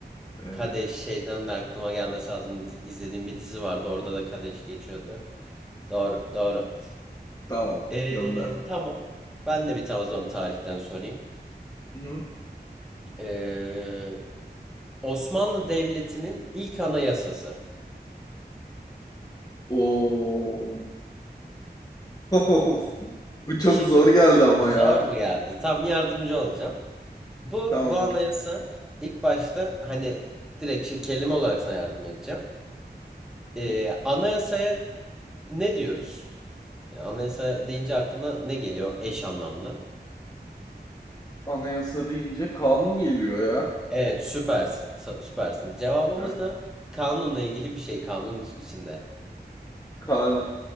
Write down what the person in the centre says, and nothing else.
Kadeş şeyden de aklıma gelmesi lazım. Di- İzlediğim bir dizi vardı. Orada da Kadeş geçiyordu. Doğru, doğru.
Ee,
tamam. Ben de bir tane o zaman tarihten sorayım.
Ee, Osmanlı Devleti'nin ilk anayasası.
Şimdi
zor
mu geldi? Tam yardımcı olacağım. Bu
bu anayasa ilk başta hani direkt şey, kelime olarak sana yardım edeceğim. Ee,
anayasaya ne diyoruz? Yani anayasa deyince aklına ne geliyor eş anlamlı?
Evet süpersin sa- süpersin. Cevabımız
da kanunla ilgili bir şey kanun iç- içinde.